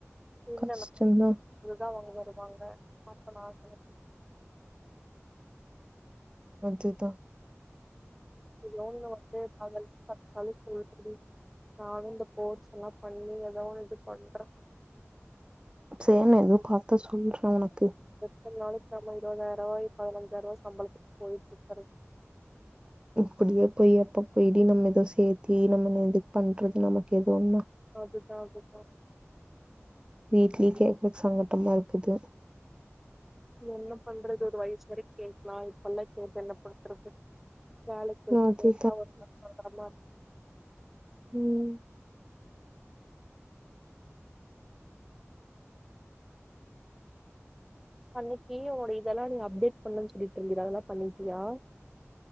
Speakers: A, in the centre; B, on the right.
A: இல்ல
B: கஷ்டந்தா
A: ந அஇதுதான் உங்க வாங்க அப்ப நான்
B: அதுதான்
A: அவுங்க வந்து பதல்வி பச்சாலும் சொல்ல நானும் இந்த ஃபோர்ஸ் எல்லாம் பண்ணி ஏத ஒண்ணு இது பண்றேன்
B: சே ந எதவும் பார்த்த சொல்றேன் உனக்கு பி
A: இ நாளைக்கு நம்ம இருபதாயிரம் ரூபாய் பதினஞ்சாயிரம் ரூபாய் சம்பளத்துக்கு போயிட்டு இருக்கரு
B: அப்படியே போய் அப்ப போயி்ட்டி நம்ம ஏதோ சேரத்தி நம்ம எதுக்கு பண்றது நமக்கு எதன்னா
A: அதுதா அதுதா
B: வீட்டிலே கேக்கறக்கு சங்கட்டம இருக்குது
A: நீ என்ன பண்றது ஒரு வயசு வரைக்கும் கேட்கலாம் இப்பெல்லாம் கே என்ன பண் றது வேலைக்கு போயிட்டு
B: அது
A: பேசா ஒரும் சொறமா இருக்கு
B: உம்
A: அன்னைக்கு உட இதெல்லாம் நீ அப்டேட் பண்ணன்னனு சொல்லிட்டு இருந்தத அதெல்லாம் பண்ணிட்டியா